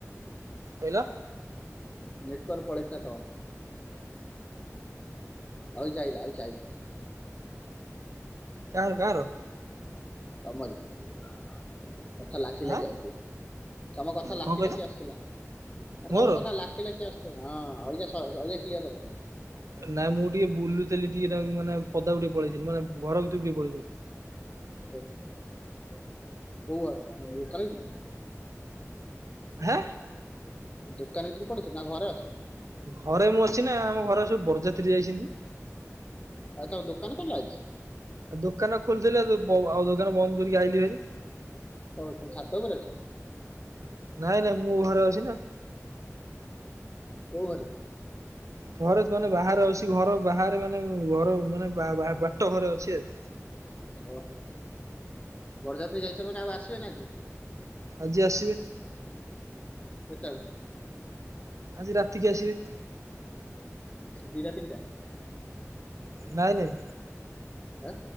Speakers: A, on the right; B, on the left.
A: କହିଲ
B: ନେଟୱର୍କ ପଳେଇ ଥିଲା ତମର। ଅଇଁଛା ଆଇଲା ଅଇଁଛା ଆଇଲା।
A: କାହାର କାହାର?
B: ତମରି। କଥା ଲାଖି ଲାଖି
A: ଆଁ
B: ଆଉଥିଲା। ତମ କଥା ଲାଖି
A: କଣ କହିଲ
B: ଲାଖି ଆସୁଥିଲା। ଆରେ
A: ମୋର?
B: ତମ କଥା ଲା ଲାଖି ଲାଖି ଆସୁ, ହଁ ଅଇକା ଅଇକା କ୍ଲିୟର ହେଲା।
A: ନାଇଁ ମୁଁ ଟିକେ ବୁଲୁଥିଲି ଟିକେ ନାଗୁ, ମାନେ ପଦାକୁ ଟିକେ ପଳେଇଥିଲି ମାନେ ଘର ଭିତରକୁ ଟିକେ ପଳେଇଥିଲି।
B: ଓ ହୋ କୋଉ <unintelligible> ଦୋକାନ ଭିତରକୁ।
A: ହାଁ।
B: ଦୋକାନ ଭିତରକୁ ପଳେଇଥିଲ ନା ଘରେ ଅଛ?
A: ଘରେ ମୁଁ ଅଛି ନା, ଆମ ଘରେ ସବୁ ବରଯାତ୍ରୀ ଯାଇଛନ୍ତି।
B: ଆଉ ତମ ଦୋକାନ ଖୋଲା ଅଛି?
A: ଆଉ ଦୋକାନ ଖୋଲିଥିଲି ଆଉ ବ, ଆଉ ଦୋକାନ ବନ୍ଦ କରିକି ଆଇିଲି ଭାରି।
B: ଆଉ ତମେ ଛାତ ଉପରେ ଅଛ?
A: ନାଇଁ ନାଇଁ ମୁଁ ଘରେ ଅଛି ନା।
B: କୋଉ ଘରେ?
A: ଘରେ ତ ମାନେ ବାହାରେ ଅଛି, ଘର ବାହାରେ ମାନେ ଘର ମାନେ ବା ବାଟଘରେ ଅଛି ଆଉ।
B: ଓ ହୋ ହୋ ବରଯାତ୍ରୀ ଯାଇଛନ୍ତି ମାନେ ଆଉ ଆସିବେ ନାଇଁ ଆଜି।
A: ଆଜି ଆସିବେ।
B: କେତେବେଳେ?
A: ଆଜି ରାତିକି ଆସିବେ।
B: ଦିଟା ତିନଟା।
A: ନାଇଁ ନାଇଁ।
B: ଆଁ।